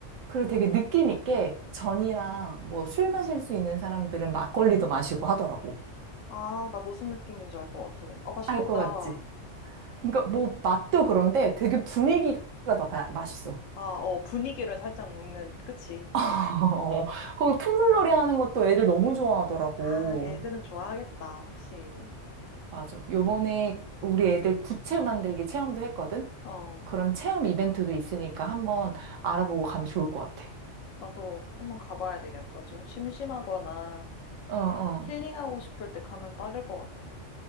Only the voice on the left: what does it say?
아, 나 무슨 느낌인 줄 알 것 같아. 어, 맛있겠다.
아, 어, 분위기를 살짝 먹는, 그치?
어.
아, 애들은 좋아하겠다, 확실히.
재밌을 거니까.
어.
나도 한번 가봐야 되겠다. 좀 심심하거나
좀 힐링하고 싶을 때 가면 딱일 것 같아.